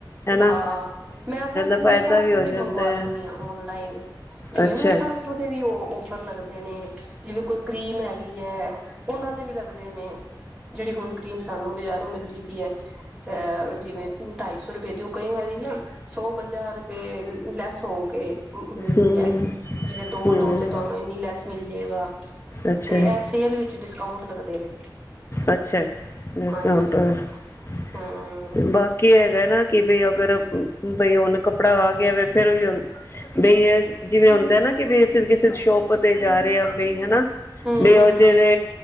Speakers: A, on the left (about 30°); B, in the centre.
A: ਹਨਾ
B: ਆ, ਮੈਂ ਤੇ ਅਪਨੇ
A: ਫਾਇਦਾ
B: ਸਰਫ ਵੀ
A: ਹੋ ਜਾਂਦਾ
B: ਮੰਗਵਾ
A: ਹੈ
B: ਲੈਂਨੀ ਆ ਓਨਲਾਈਨ। ਜਿਵੇਂ
A: ਅੱਛਾ
B: ਨਾ ਸਰਫ ਤੇ ਵੀ ਔ-ਔਫਰ ਲੱਗ ਨੇ, ਜਿਵੇਂ ਕੋਈ ਕਰੀਮ ਹੈਗੀ ਏ, ਔਨਾਂ ਤੇ ਵੀ ਲੱਗਦੇ ਨੇ। ਜਿਹੜੀ ਹੁਣ ਕਰ੍ਰੀਮ ਸਾਨੂੰ ਬਜ਼ਾਰੋਂ ਮਿਲਦੀ ਅ, ਜਿਵੇਂ ਢਾਈ ਸੌ ਰਪਏ ਦਿ, ਔ ਕਈ ਵਾਰੀ ਨਾ, ਸੌ ਪੰਜਾ ਰਪ ਵੀ ਲੈਸ ਹੋ ਕੇ ਮਿਲਦੀ
A: ਹਮ
B: ਐ, ਜਿਵੇਂ ਦੋ
A: ਹਮ
B: ਲੋ ਤੇ, ਤੁਆਨੂੰ ਇੰਨੀ ਲੈਸ ਮਿਲ ਜਾੇਗਾ।
A: ਅੱਛਾ
B: ਤੇ
A: ਜੀ।
B: ਏ ਸੇਲ ਵਿੱਚ ਡਿਸਕਾਊਂਟ ਲੱਗਦੇ ਨੇ।
A: ਅੱਛਾ <unintelligible>
B: ਹਾਂਜੀ ਹਾਂਜੀ ਹਮ
A: ਬਾਕੀ ਹੈਗੈ ਨਾ ਕਿ ਬਈ, ਅਗਰ ਬਈ ਹੁਨ ਕੱਪੜਾ ਆ ਗਿਆ ਵੇ, ਫੇਰ ਔਇਔ, ਬਈ ਜਿਵੇਂ ਹੁੰਦੈ ਨਾ <unintelligible> ਕਿਸੇ ਸ਼ੋਪ ਤੇ ਜਾ ਰਏ ਆ ਬਈ ਹਨਾ।
B: ਹਮ
A: ਵੀ
B: ਹਮ
A: ਔ ਜਿਦੇ